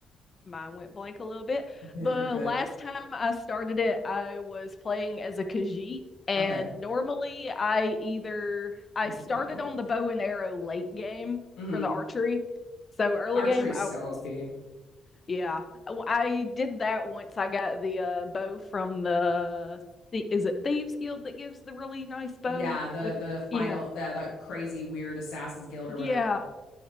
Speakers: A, on the left; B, on the left.
A: mine went blank a little bit.
B: <laughs>
A: The
B: You're good.
A: last time I started it, I was playing as a Khajiit, and
B: Okay.
A: normally I either I
B: If
A: started
B: you have coins.
A: on the bow and arrow late game
B: hmm
A: for the archery. So early
B: Archery
A: game,
B: is
A: I
B: so
A: was
B: OP.
A: yeah, I I did that once I got the uh, bow from the, the is it Thieves Guild that gives the really nice bow
B: Yeah, the
A: with
B: the final
A: yeah.
B: the, the crazy weird assassins guild or
A: Yeah.
B: whatever.